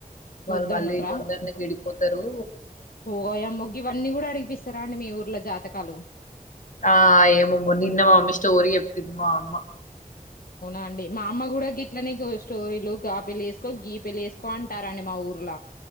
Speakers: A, on the left (about 60°); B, on the left (about 75°).
A: వాళ్
B: వద్దన్నరా
A: మళ్ళీ తొందర్నె విడిపొతరూ
B: ఓయమ్మో గివన్నీ గూడ అడిగి పిస్సరా అండి మీ ఊర్లొ జాతకాలు
A: ఆ ఏమొమ్మో నిన్న మామి స్టోరీ చెప్పింది మా అమ్మ
B: అండి మా అమ్మ కూడ గిట్లనె గో స్టోరీలు ఆ పెళ్లి చేసుకో అంటారండి మా మా ఊర్ల